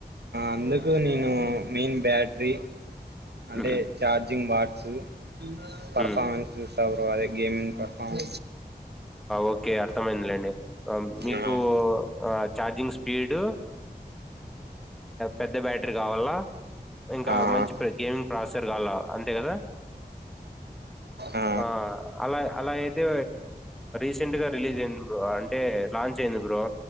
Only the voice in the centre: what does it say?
ఉమ్
ఉమ్
okay అర్థమైందిలేండి మీకు
ఆ ఛార్జింగ్ స్పీడు పెద్ద బ్యాటరీ కావాలా ఇంకా
మంచి గేమింగ్ ప్రాసెసర్ కావాలా అంతే కదా
అ అలా అలా అయితే రీసెంట్ గా రిలీజ్ ఐంది బ్రో అంటే లాంచ్ అయింది బ్రో